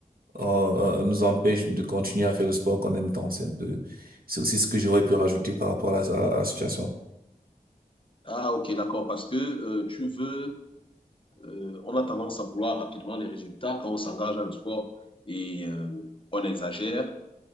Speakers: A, on the right; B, on the left.
A: euh, euh, nous empêche de continuer à faire le sport qu'on aime tant. C'est un peu, c'est aussi ce que j'aurais pu rajouter par rapport à la, à la à la situation.
B: Ah, ok, d'accord. Parce que euh, tu veux, euh, on a tendance à vouloir rapidement les résultats quand on s'engage dans le sport et euh, on exagère.